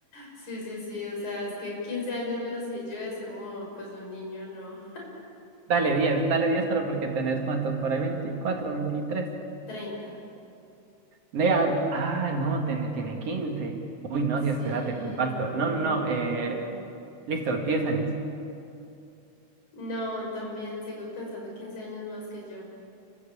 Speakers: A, on the left; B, on the right.
A: Sí, sí, sí, o sea, es que 15 años menos que yo es como, pues un niño, ¿no?
B: Dale diez, dale diez, pero porque tenés cuántos, por ahí 24, 23.
A: Treinta.
B: Nea, ah, no, tiene, tiene 15. Uy, no,
A: Sí,
B: sí, espérate, muy vasto.
A: no,
B: No, no, no,
A: no,
B: eh,
A: no, no.
B: listo, 10 años.
A: No, también sigo pensando 15 años más que yo.